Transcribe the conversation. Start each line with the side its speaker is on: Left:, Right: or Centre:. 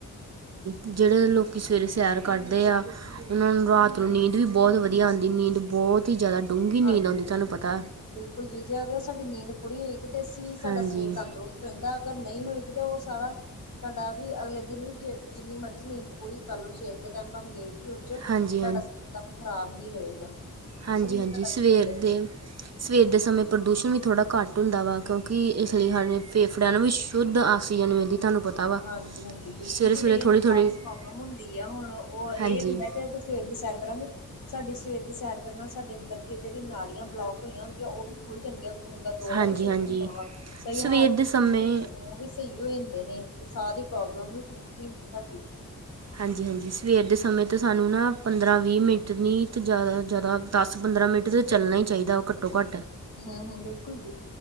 Right: ਜਿਹੜੇ ਲੋਕ ਸਵੇਰੇ ਸੈਰ ਕਰਦੇ ਆ। ਉਹਨਾਂ ਨੂੰ ਰਾਤ ਨੂੰ ਨੀਂਦ ਵੀ ਬਹੁਤ ਵਧੀਆ ਆਉਂਦੀ, ਨੀਂਦ ਬਹੁਤ ਹੀ ਜ਼ਿਆਦਾ ਡੂੰਘੀ ਨੀਂਦ
Left: ਹਾਂਜੀ
Right: ਆਉਂਦੀ ਤੁਹਾਨੂੰ ਪਤਾ ਐ।
Left: ਬਿਲਕੁਲ ਜੀ, ਜੀ ਅਗਰ ਸਾਡੀ ਨੀਂਦ ਪੂਰੀ ਹੋਏਗੀ ਤੇ ਅਸੀਂ ਸਾਡਾ
Right: ਹਾਂਜੀ
Left: ਸਰੀਰ ਤੰਦਰੁਸਤ ਰਹਿੰਦਾ ਦਾ ਅਗਰ ਨਹੀਂ ਹੋਏਗੀ ਤਾਂ ਉਹ ਸਾਰਾ ਸਾਡਾ ਵੀ ਅਗਲੇ ਦਿਨ ਵੀ ਜੇ ਜਿੰਨੀ ਮਰਜ਼ੀ ਨੀਂਦ ਪੂਰੀ ਕਰ ਲਓ ਸਵੇਰ ਦੇ ਟਾਈਮ ਭਾਵੇ ਲੇਟ ਛੇਤੀ ਉੱਠ ਜੋ
Right: ਹਾਂਜੀ
Left: ਸਾਡਾ ਸਰੀਰ ਤਾਂ ਵੀ ਖ਼ਰਾਬ ਹੀ ਰਹੇਗਾ।
Right: ਹਾਂਜੀ-ਹਾਂਜੀ,
Left: ਉਹ ਸਰੀਰ ਸਾਡਾ
Right: ਸਵੇਰ
Left: ਚੱਲੇ
Right: ਦੇ ਸਵੇਰ ਦੇ ਸਮੇਂ ਪ੍ਰਦੂਸ਼ਣ ਵੀ ਥੋੜ੍ਹਾ ਘੱਟ ਹੁੰਦਾ ਵਾ ਕਿਉਂਕਿ ਇਸ ਲਈ ਸਾਡੇ ਫੇਫੜਿਆਂ ਨੂੰ ਵੀ ਸ਼ੁੱਧ ਆਕਸੀਜਨ ਮਿਲਦੀ ਤੁਹਾਨੂੰ ਪਤਾ। ਵਾ
Left: ਹਾਂਜੀ-ਹਾਂਜੀ, ਬਿਲਕੁਲ
Right: ਸਵੇਰੇ
Left: ਜੀ
Right: ਸਵੇਰੇ
Left: ਕਈਆਂ
Right: ਥੋੜ੍ਹੀ
Left: ਨੂੰ
Right: ਥੋੜ੍ਹੀ
Left: ਸਾ ਦੀ ਪ੍ਰੋਬਲਮ ਹੁੰਦੀ ਹੈ, ਹੁਣ ਉਹ ਇਹ
Right: ਹਾਂਜੀ
Left: ਹੁੰਦਾ ਕਿ ਸਵੇਰ ਦੀ ਸੈਰ। ਕਰਾਂਗੇ। ਸਾਡੀ ਸਵੇਰ ਦੀ ਸੈਰ ਕਰਨ ਨਾਲ ਸਾਡੇ ਅੰਦਰ ਦੀਆਂ ਜਿਹੜੀਆਂ ਨਾੜੀਆਂ ਬਲੋਕ ਹੋਈਆਂ ਹੁੰਦੀਆਂ ਉਹ ਵੀ ਖੁੱਲ ਜਾਂਦੀਆਂ। ਖੂਨ ਦਾ ਦੌਰਾ
Right: ਹਾਂਜੀ
Left: ਵੀ ਸੁਹੀ
Right: ਹਾਂਜੀ
Left: ਹੁੰਦਾ ਵਾ ਕਈ
Right: ਸਵੇਰ
Left: ਹਾਰਡ
Right: ਦੇ
Left: ਉਹ
Right: ਸਮੇਂ
Left: ਵੀ। ਸਹੀ ਹੋ ਜਾਂਦੇ ਨੇ ਸਾ ਦੀ ਪ੍ਰੋਬਲਮ ਵੀ ਘਟ ਹੋ ਜਾਂਦੀ ਸਾਡੀ।
Right: ਹਾਂਜੀ-ਹਾਂਜੀ ਸਵੇਰ ਦੇ ਸਮੇਂ ਤਾਂ ਸਾਨੂੰ ਨਾ ਪੰਦਰਾਂ-ਵੀਹ ਮਿੰਟ ਨੀ ਤਾਂ ਜ਼ਿਆਦਾ ਜ਼ਿਆਦਾ ਦਸ-ਪੰਦਰਾਂ ਮਿੰਟ ਤਾਂ ਚੱਲਣਾ ਹੀ ਚਾਹੀਦਾ ਘੱਟੋ-ਘੱਟ।
Left: ਹੂੰ-ਹੂੰ ਬਿਲਕੁਲ ਜੀ,